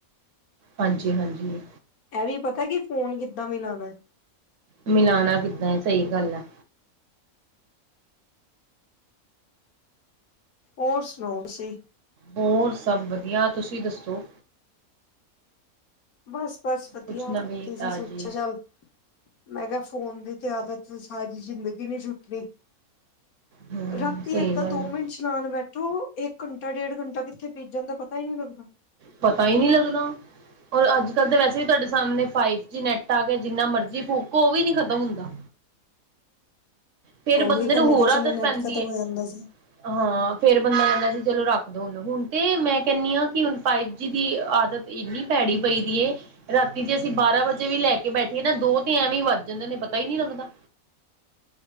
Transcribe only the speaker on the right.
ਹਾਂਜੀ-ਹਾਂਜੀ
ਮਿਲਾਣਾ ਕਿੱਦਾਂ ਏ ਸਈ ਗੱਲ ਹੈ।
ਹੋਰ ਸਭ ਵਧੀਆ ਤੁਸੀਂ ਦੱਸੋ।
ਕੁਛ ਨਵੀਂ
ਤਾਜ਼ੀ
ਹਮ
ਸਹੀ
ਗੱਲ
ਹੈ
ਪਤਾ ਹੀ ਨਈ ਲੱਗਦਾ। ਔਰ ਅੱਜ ਕੱਲ੍ਹ ਤਾਂ ਵੈਸੇ ਵੀ ਤੁਹਾਡੇ ਸਾਹਮਣੇ ਫਾਈਵ ਜੀ ਨੈੱਟ ਆ ਗਿਆ ਜਿੰਨਾ ਮਰਜ਼ੀ ਫੁਕੋ ਓ ਵੀ ਨੀ ਖਤਮ ਹੁੰਦਾ। ਫਿਰ
ਬੰਦੇ
ਨੂੰ ਹੋਰ
ਆਦਤ
ਪੈਂਦੀ
ਏ।
ਹਾਂ ਫਿਰ ਬੰਦਾ ਕੈਂਦਾ ਸੀ ਚਲੋ ਰੱਖ ਦੋ ਹੁਨ ਹੁਣ ਤੇ ਮੈਂ ਕੈਣੀ ਆਂ ਕਿ ਹੁਣ ਫਾਈਵ ਜੀ ਦੀ ਆਦਤ ਇੰਨੀ ਭੈੜੀ ਪਈ ਦੀ ਏ। ਰਾਤੀ ਜੇ ਅਸੀਂ ਬਾਰਾਂ ਵਜੇ ਵੀ ਲੈ ਕੇ ਬੈਠੀਏ ਨਾ ਦੋ ਤੇ ਐਵੇ ਹੀ ਵੱਧ ਜਾਂਦੇ ਨੇ ਪਤਾ ਹੀ ਨਈ ਲੱਗਦਾ।